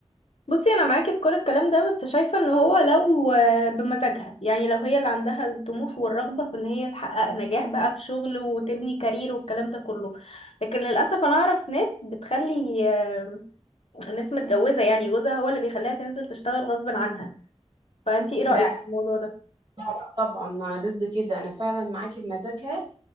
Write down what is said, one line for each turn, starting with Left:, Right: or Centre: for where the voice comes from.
Left: بصي أنا معاكي في كل الكلام ده بس شايفة إن هو لو آه، بمزاجها يعني لو هي اللي عندها الطموح والرغبة في إن هي تحقق نجاح بقى في شغل وتبني كارير والكلام ده كله لكن للأسف أنا أعرف ناس بتخلي آه، ناس متجوزة يعني جوزها هو اللي بيخليها تنزل تشتغل غصب عنها فأنتي إيه رأيك
Right: لا
Left: في الموضوع ده؟
Right: لا لا طبعا أنا ضد كده أنا فعلا معاكي بمزاجها